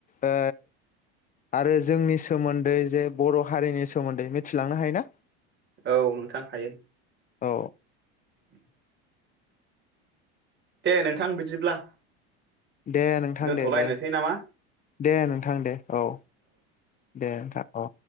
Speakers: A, on the left; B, on the right.
A: ओ आरो जोंनि सोमोन्दै जे बर' हारिनि सोमोन्दै मिथिलांनो हायो ना?
B: औ नोंथां हायो।
A: औ
B: <inaudible> दे नोंथां बिदिब्ला।
A: दे नोंथां
B: दोनथ'लायनोसै
A: दे दे
B: नामा
A: दे नोंथां दे औ दे नोंथां औ।